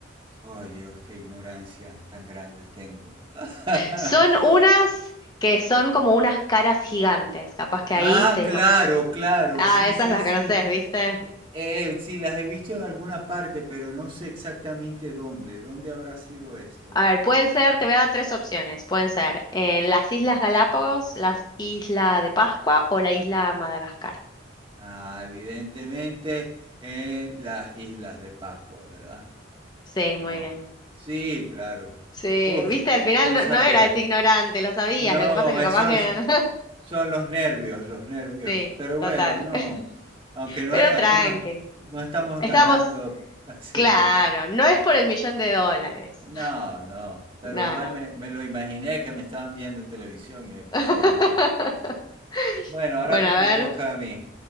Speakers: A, on the right (about 25°); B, on the left (about 20°).
A: Ay, Dios, qué ignorancia tan grande tengo. <laughs>
B: Son unas que son como unas caras gigantes. Capaz que
A: Ah,
B: ahí te
A: claro,
B: imaginas.
A: claro,
B: Ah,
A: sí,
B: esas
A: sí,
B: las
A: sí.
B: conoces, ¿viste?
A: Eh, sí, las he visto en alguna parte, pero no sé exactamente dónde. ¿Dónde habrá sido esto?
B: A ver, pueden ser, te voy a dar tres opciones. Pueden ser en las Islas Galápagos, las Isla de Pascua o la Isla Madagascar.
A: Ah, evidentemente en las Islas de Pascua, ¿verdad?
B: Sí, muy
A: No.
B: bien.
A: Sí, claro.
B: Sí,
A: Uf,
B: viste, al final
A: yo
B: no,
A: sabía.
B: no eras ignorante, lo sabías.
A: No,
B: Lo que pasa es que
A: esos
B: capaz que no.
A: son los nervios, los nervios.
B: <laughs> Sí,
A: Pero bueno,
B: total.
A: no.
B: <laughs>
A: Aunque no
B: Pero
A: hay, aquí
B: tranqui.
A: no, no estamos
B: Estamos.
A: ganando <laughs> así.
B: Claro, no es por el millón de dólares.
A: No, no. Pero
B: No,
A: igual
B: no.
A: me, me lo imaginé que me estaban viendo en televisión y me puse
B: <laughs>
A: de nervio. Bueno, ahora
B: Bueno, a
A: me toca
B: ver,
A: a mí.